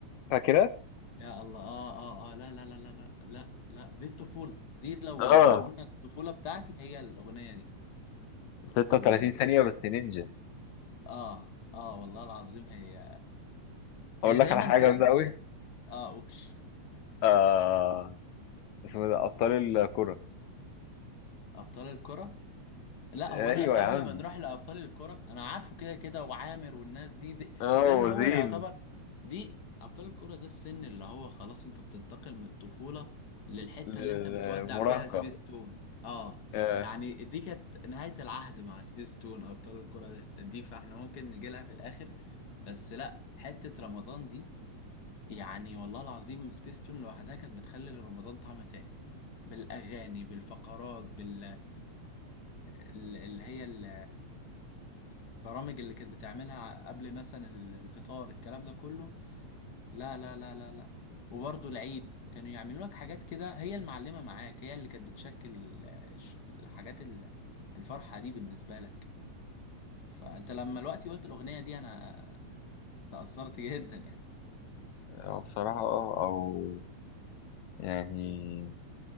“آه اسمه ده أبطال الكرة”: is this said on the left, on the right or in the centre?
Left